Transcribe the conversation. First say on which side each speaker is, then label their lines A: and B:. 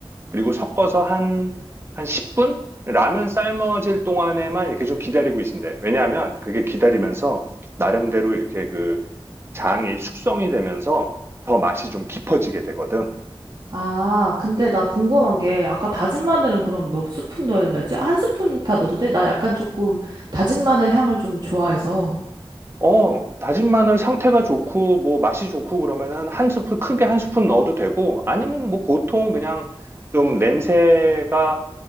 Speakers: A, on the right; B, on the right.
A: 그리고 섞어서 한, 한 10분? 라면 삶아질 동안에만 이렇게 좀 기다리고 있으면 돼. 왜냐하면 그게 기다리면서 나름대로 이렇게 그 장이 숙성이 되면서 더 맛이 좀 깊어지게 되거든.
B: 아, 근데 나 궁금한 게, 아까 다진 마늘은 그럼 몇 스푼 넣어야 된다 했지? 한 스푼 다 넣어도 돼? 나 약간 조금 다진 마늘 향을 좀 좋아해서.
A: 어, 다진 마늘 상태가 좋고, 뭐, 맛이 좋고, 그러면은 한 스푼, 크게 한 스푼 넣어도 되고, 아니면 뭐, 보통 그냥 좀 냄새가